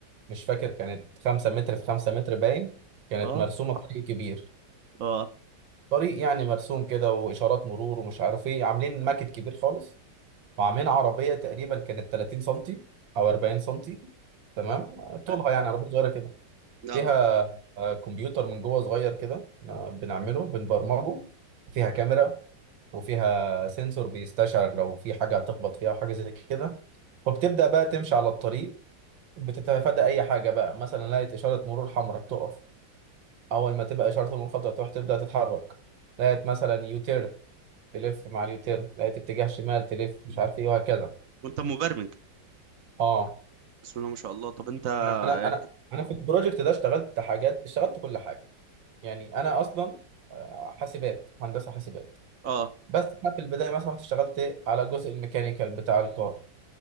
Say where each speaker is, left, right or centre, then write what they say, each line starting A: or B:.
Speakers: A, on the right; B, on the right.
A: مش فاكر كانت خمسة متر في خمسة متر باين كانت
B: اه
A: مرسومة طريق كبير
B: اه
A: طريق يعني مرسوم كده وإشارات مرور ومش عارف إيه عاملين ماكت كبير خالص وعاملين عربية تقريبا كانت 30 سنتي أو 40 سنتي تمام طولها
B: اه
A: يعني عربية صغيرة كده
B: آه.
A: فيها آه، كمبيوتر من جوه صغير كده آه، بنعمله بنبرمجه فيها كاميرا وفيها سنسور بيستشعر لو في حاجة هتخبط فيها وحاجة زي كده وبتبدأ بقى تمشي على الطريق بتتفادى أي حاجة بقى مثلا لقيت إشارة مرور حمراء تقف أول ما تبقى إشارة المرور خضراء تروح تبدأ تتحرك لقيت مثلا يوتيرن تلف مع اليوتيرن لقيت اتجاه شمال تلف مش عارف إيه وهكذا
B: وانت مبرمج
A: أه
B: بسم الله ما شاء الله طب انت اه
A: أنا أنا أنا في البروجكت ده اشتغلت حاجات اشتغلت كل حاجة يعني أنا أصلا آه، حاسبات هندسة حاسبات
B: اه
A: بس انا في البدايه مثلا رحت اشتغلت على جزء الميكانيكال بتاع الكار